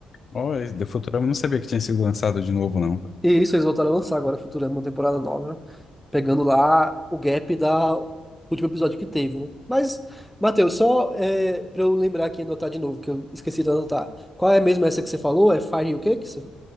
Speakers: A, on the left; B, in the centre.
A: Oh, esse The Futurama eu não sabia que tinha sido lançado de novo, não.
B: E isso, eles voltaram a lançar agora Futurama, uma temporada nova. pegando lá o gap da do último episódio que teve, né? Mas, Matheus, só é, para eu lembrar aqui e anotar de novo, que eu esqueci de anotar. Qual é mesmo essa que você falou? É Fire o quê? Que você...